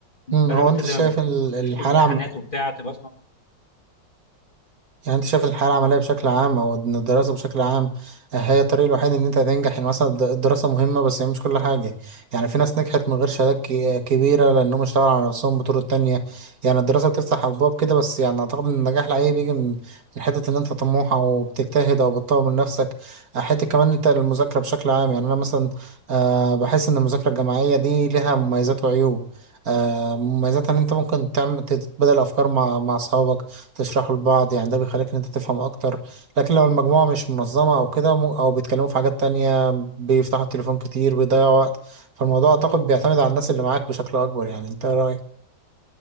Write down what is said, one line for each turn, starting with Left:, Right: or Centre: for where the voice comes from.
Left: بدل
Right: مم. هو
Left: ما
Right: انت
Left: انت زي
Right: شايف
Left: ما بتقول
Right: ال-
Left: تخش
Right: الحالة
Left: الامتحانات وبتاع تبقى
Right: يعني انت شايف الحياة العملية بشكل عام او ان الدراسة بشكل عام آه، هي الطريق الوحيد ان انت هتنجح يعني مثلا الد- الدراسة مهمة بس هي مش كل حاجة يعني في ناس نجحت من غير شهادات كي- كبيرة لانهم اشتغلوا على نفسهم بطرق تانية يعني الدراسة بتفتح ابواب كده بس يعني اعتقد ان النجاح لأي بيجي من من حتة ان انت طموح او بتجتهد او بتطور من نفسك آه، حتة كمان انت المذاكرة بشكل عام يعني انا مثلا آه، بحس ان المذاكرة الجماعية دي ليها مميزات وعيوب آه، مميزاتها ان انت ممكن تعمل تتبادل افكار مع مع اصحابك تشرحه لبعض يعني ده بيخليك ان انت تفهم اكتر لكن لو المجموعة مش منظمة او كده مو- او بيتكلموا في حاجات تانية بيفتحوا التليفون كتير بيضيعوا وقت فالموضوع اعتقد بيعتمد على الناس اللي معاك بشكل اكبر يعني انت إيه رأيك